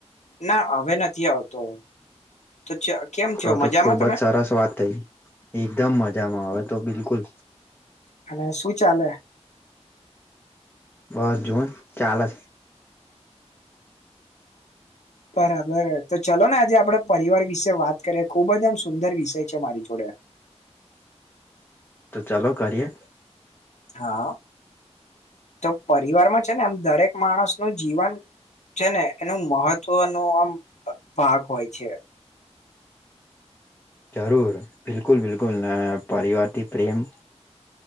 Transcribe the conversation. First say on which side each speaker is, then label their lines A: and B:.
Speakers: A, on the left; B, on the left.
A: ના હવે નથી આવતો તો <unintelligible>
B: ર તો
A: મજામાં
B: ખુબ
A: તમે
B: જ સરસ વાત થઈ એકદમ મજામાં આવે તો બિલકુલ
A: અને સુું ચાલે
B: બસ જોન ચાલેછે
A: બરાબર તો ચલો ને આજે આપડે પરિવાર વિશે વાત કરીએ ખુબ જ આમ સુંદર વિષય છે મારી જોડે. <unintelligible>
B: તો ચાલો કરીએ.
A: હા તો પરિવારમાં છે ને આમ દરેક માણસ નું જીવન છે ને એનું મહત્વનો આમ ભાગ હોય છે.
B: જરૂર બિકુલ બિલકુલ ને પરિવારથી પ્રેમ